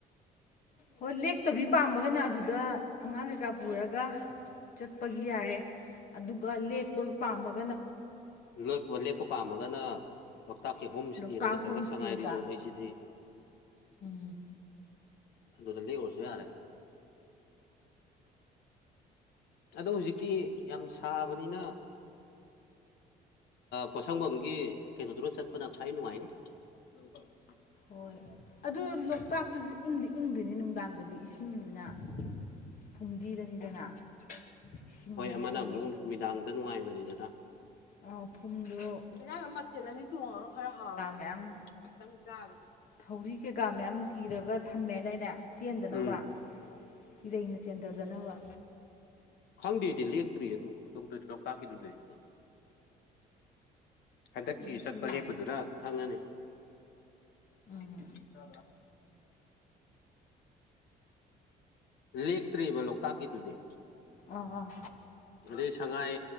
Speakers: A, on the left; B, on the left.
A: ꯍꯣꯏ ꯂꯦꯛꯇꯕꯤ ꯄꯥꯝꯃꯒꯅ ꯑꯗꯨꯗ ꯑꯉꯥꯡ ꯀꯩꯀꯥ ꯄꯨꯔꯒ ꯆꯠꯄꯒꯤ ꯌꯥꯔꯦ ꯑꯗꯨꯒ ꯂꯦꯛꯄ ꯄꯥꯝꯃꯒ
B: ꯂꯣꯛ ꯂꯦꯛꯄ ꯄꯥꯝꯃꯒꯅ ꯂꯣꯛꯇꯥꯛꯀꯤ ꯍꯣꯝ ꯏꯁꯇꯦꯗꯣ
A: ꯂꯣꯛꯇꯥꯛ
B: ꯅꯠꯇ꯭ꯔꯒ
A: ꯍꯣꯝ ꯏꯁꯇꯦꯗ
B: ꯁꯉꯥꯏ ꯔꯤꯖꯣꯔꯠ ꯂꯩꯁꯤꯗꯤ
A: ꯎꯝ
B: ꯑꯗꯨꯗ ꯂꯦꯛꯎꯔꯁꯨ ꯌꯥꯔꯦ ꯑꯗꯣ ꯍꯧꯖꯤꯛꯇꯤ ꯌꯥꯝ ꯁꯥꯕꯅꯤꯅ ꯄꯣꯠꯁꯪꯐꯝꯝꯒꯤ ꯀꯩꯅꯣꯗꯨꯗ ꯆꯠꯄꯅ ꯈ꯭ꯋꯥꯏ ꯅꯨꯡꯉꯥꯏꯅꯤ ꯐꯔ ꯂ
A: ꯍꯣꯏ ꯑꯗꯨ ꯂꯣꯛꯇꯥꯛꯇꯁꯨ ꯏꯪꯗꯤ ꯏꯪꯗꯣꯏꯅꯤ ꯅꯨꯡꯗꯥꯡꯗꯗꯤ ꯏꯁꯤꯡꯅꯤꯅ ꯐꯨꯝꯗꯤꯗꯅꯤꯗꯅ ꯏꯁꯤꯡ
B: ꯍꯣꯏ
A: ꯃꯌꯥꯏꯗꯨꯗ
B: ꯑꯃꯅ ꯑꯃꯨꯛ ꯅꯨꯃꯤꯗꯥꯡꯗ ꯅꯨꯡꯉꯥꯏꯕꯅꯤ ꯗꯅꯥ
A: ꯑ ꯐꯨꯝꯗ
B: ꯍꯦꯟꯁꯪꯁꯦ ꯃꯊꯦꯜ ꯑꯅꯤ ꯊꯣꯡꯉꯒ ꯈꯔ ꯍꯥꯎꯋꯦ
A: ꯃꯌꯥꯝ
B: ꯑꯃꯇꯪ ꯆꯥꯕꯁꯤꯗꯤ
A: ꯊꯧꯔꯤ ꯀꯩꯀꯥ ꯃꯌꯥꯝ ꯀꯤꯔꯒ ꯊꯝꯃꯦꯗꯥꯏꯅꯦ ꯆꯦꯟꯗꯅꯕ
B: ꯎꯝ
A: ꯏꯔꯩꯅ ꯆꯦꯟꯗꯗꯅ ꯖꯅꯅꯕ
B: ꯈꯪꯗꯦꯗꯤ ꯂꯦꯛꯇ꯭ꯔꯤ ꯑꯗꯨ ꯇꯗꯗꯤ ꯂꯣꯛꯇꯥꯛꯀꯤꯗꯨꯗꯗꯤ ꯍꯟꯗꯛꯀꯤ
A: ꯑꯗꯨꯁꯨ
B: ꯆꯠꯄ
A: ꯌꯥꯏ
B: ꯂꯦꯛꯞꯄꯗꯨꯅ ꯈꯪꯉꯅꯤ
A: ꯎꯝ
B: ꯑꯗꯨ ꯆꯥ ꯂꯦꯛꯇ꯭ꯔꯤꯕ ꯂꯣꯛꯇꯥꯛꯀꯤꯗꯨꯗꯤ
A: ꯑꯥ ꯑꯥ
B: ꯑ ꯁꯉꯥꯏ